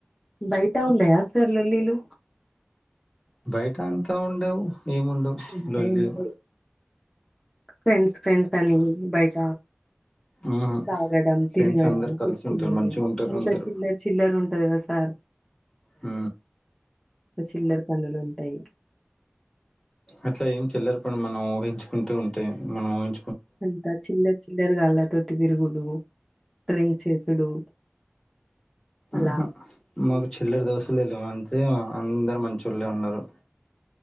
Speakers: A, in the centre; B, on the left.
A: బయట ఉండయ సార్ లొల్లీలు
B: బయట అంతా ఉండవు ఏముండవు
A: ఉంటాయి
B: లొల్లిలు
A: ఉంటాయి ఫ్రెండ్స్ ఫ్రెండ్స్ అని బయట
B: మ్మ్
A: తాగడం
B: ఫ్రెండ్స్
A: తిరగడం
B: అందరు కలిసి
A: కోట్టుకొనేది
B: ఉంటారు మంచిగా ఉంటారు
A: అంత
B: అందరు
A: చిల్లర్ చిల్లర ఉం టది కద సార్
B: ఊ
A: చిల్లరి పనులు ఉంటాయి
B: అట్లా ఏం చిల్లర పని మనం ఊహించుకుంటే ఉంటయి మనం ఊహు
A: అంత చిల్లర చిల్లర గాల్లతోటి తిరుగుడు డ్రింక్ చేసుడు అలా
B: ఆహా మాకు చిల్లర దోస్తులే లేర్ అంతే అందరు మంచోళ్ళే ఉన్నరు